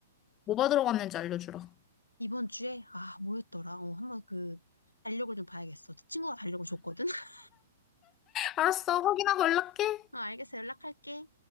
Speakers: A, on the left; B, on the left.
A: 뭐 받으러 갔는지 알려주라.
B: 이번 주에, 아, 뭐였더라? 어, 한번 그, 달력을 좀 봐야겠어. 친구가 달력을 줬거든? <laughs>
A: 알았어, 확인하고 연락해.
B: 어, 알겠어. 연락할게.